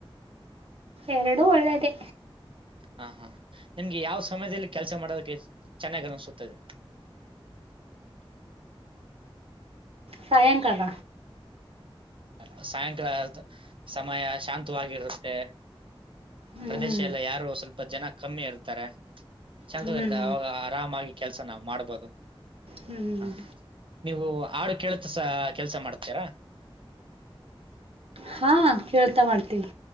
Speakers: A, on the right (about 80°); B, on the right (about 60°).
A: ಎರಡು ಒಳ್ಳೆದೆ.
B: ಹಾ ಹಾ ನಿಮ್ಗೆ ಯಾವ ಸಮಯದಲ್ಲಿ ಕೆಲಸ ಮಾಡೋದ ಚೆನ್ನಾಗಿ ಅನಿಸುತ್ತದೆ <unintelligible>
A: ಸಾಯಂಕಾಲ
B: ಅ ಸಾಯಂಕಾಲದ ಸಮಯ ಶಾಂತವಾಗಿರುತ್ತೆ
A: ಹ್ಞೂ
B: ಪ್ರದೇಶ ಎಲ್ಲ ಯಾರು ಸ್ವಲ್ಪ ಜನ ಕಮ್ಮಿ ಇರ್ತಾರೆ. ಶಾಂತಗರ್ದ
A: ಹ್ಞೂ
B: ಅವಾಗ ಆರಾಮ ಆಗಿ ಕೆಲ್ಸ ನಾವವು ಮಾಡ್ಬೋದು.
A: ಹ್ಞೂ
B: ಹ ನೀವು ಆ ಹಾಡು ಕೇಳ ಸ ಕೆಲ್ಸ ಮಾಡ್ತೀರಾ?
A: ಹಾ ಕೇಳ್ತಾ ಮಾಡ್ತೀನಿ.